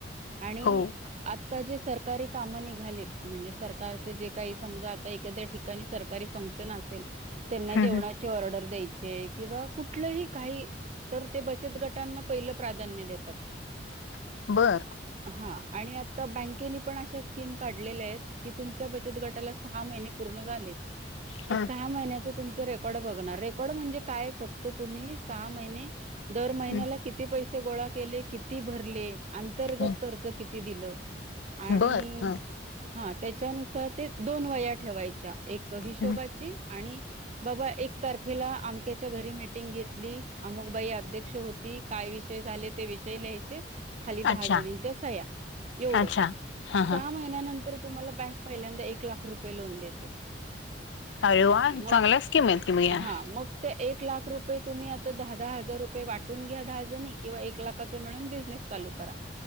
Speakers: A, on the right (about 40°); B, on the left (about 80°).
A: आणि
B: हो
A: <unintelligible> जे सरकारी कामं निघालेत म्हणजे सरकारचे जे काही समजा आता एखाद्या ठिकाणी सरकारी फंक्शन असेल त्यांना
B: हम्म
A: जेवणाची ऑर्डर द्याय <unintelligible> <unintelligible> किंवा कुठलंही काही- तर ते बचत गटांना पहिलं प्राधान्य देतात
B: हम्म बर
A: हा- आणि आत्ता <unintelligible> <unintelligible> अशा स्कीम काढलेल्या आहेत की तुमच्या बचत गटाला सहा महिने पूर्ण झाले ते
B: ह
A: सहा महिन्याच तुम ते रेकॉर्ड बघणार रेकॉर्ड म्हणजे काय <unintelligible> तर तुम्ही सहा महिने दर महिन्याला
B: हम्म
A: किती पैसे <unintelligible> गोळा केले किती भरले अंतर्गत
B: हम्म
A: कर्ज कि <unintelligible> ते दिलं आणि
B: बर ह
A: -हां त्याच्या <unintelligible> त्यापण दोन वह्या ठेवायच्या एक हिशोबाची
B: हम्म
A: आणि बघा एकतर तुला अमक्याच्या घरीे <unintelligible> <unintelligible> घेतली अन मग बाई अध्यक्ष होती काय विषय झाले ते विषय लिहायचे खाली दहा
B: अच्छा
A: जनांच्या सह्या एवढं-
B: अच्छा हा
A: सहा
B: हा
A: महिन्यानंतर तुम्हाला बँक पहिल्यांदा एक लाख रुपये लोन देते
B: अरे वा
A: मग
B: चांगलाच की म <unintelligible>
A: हा मग ते एक लाख रुप ते तुम्ही आता दहा दहा हजार रुपये वाटून घ्या दहा जणी किंवा एक लाखाचा मिळून बिझनेस चालू करा